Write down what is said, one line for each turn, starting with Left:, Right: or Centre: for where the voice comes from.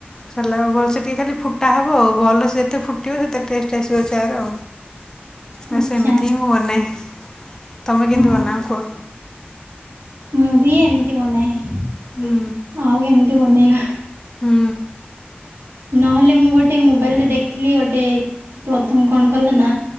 Left: ହେଲାବେଳସୁକି ଟିକିଏ ଖାଲି ଫୁଟା ହେବ ଆଉ ଭଲସେ ଯେତେ ଫୁଟିବ ସେତେ ଟେଷ୍ଟ ଆସିବ ଚା। ତାର ନା
Right: ଆଚ୍ଛା।
Left: ସେମିତି ହିଁ ମୁଁ ବନାଏ। ତମେ କେମିତି
Right: ହଁ
Left: ବନାଅ କୁହ?
Right: ମୁଁ ବି ଏମିତି ବନାଏ ଆଉ
Left: ହୁଁ
Right: କେମିତି ବନେଇବା।
Left: ହଁ।
Right: ନହେଲେ ମୁଁ ଗୋଟେ ମୋବାଇଲରେ ଦେଖିଲି ଗୋଟେ ପ୍ରଥମ କଣ କଲେ ନା